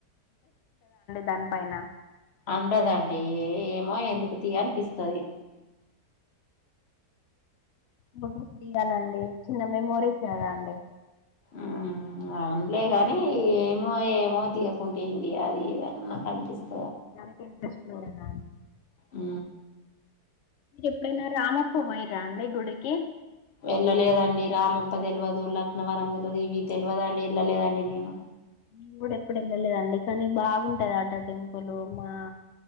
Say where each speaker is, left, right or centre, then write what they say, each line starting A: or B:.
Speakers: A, on the left; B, on the left.
A: దాని పైనా
B: ఉండదండి ఏమో ఎందుకు తీ అనిపిస్తది
A: ఫోటోస్ దిగాలండి చిన్న మెమోరీస్ కదా అండి
B: ఊ అవున్ లే గాని ఏమో ఏమో దిగకుంటేఏంది అది ఇది అన్నట్టు అనిపిస్తది
A: ఎకి ఇంట్రెస్ట్ లో ఉదా <unintelligible>
B: ఆ
A: మీరు ఎప్పుడైనా రామప్ప పోయిరా అండి గుడికి
B: వెళ్ళలేదండి రామప్ప రామప్ప తెలవదు లక్నవరం తెలవదు ఇవి తెలవదుండి ఎల్ళలేదండి నేను
A: నేను కూడా ఎప్పుడు వెళ్ళలేదండి కానీ బాగుంటది అట టెంపుల్ మా